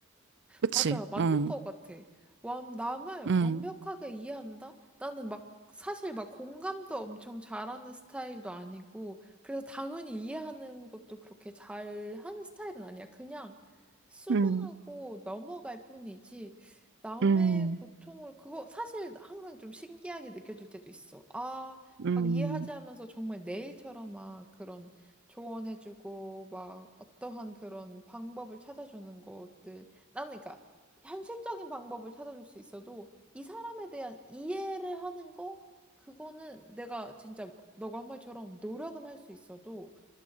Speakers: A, on the right (about 55°); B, in the centre.
A: 그치?
B: 맞아요. 맞는
A: 응.
B: 것 같아. 완, 남을
A: 응.
B: 완벽하게 이해한다? 나는 막, 사실 막 공감도 엄청 잘하는 스타일도 아니고, 그래서 당연히 이해하는 것도 그렇게 잘하는 스타일은 아니야. 그냥 수긍하고
A: 응,
B: 넘어갈 뿐이지, 남의
A: 응,
B: 고통을, 그거 사실 항상 좀 신기하게 느껴질 때도 있어. 아,
A: 응,
B: 막 이해하지 하면서 정말 내 일처럼 막 그런 조언해주고, 막 어떠한 그런 방법을 찾아주는 것들. 나는 그러니까 현실적인 방법을 찾아줄 수 있어도 이 사람에 대한 이해를 하는 거 그거는 내가 진짜 너가 한 말처럼 노력은 할 수 있어도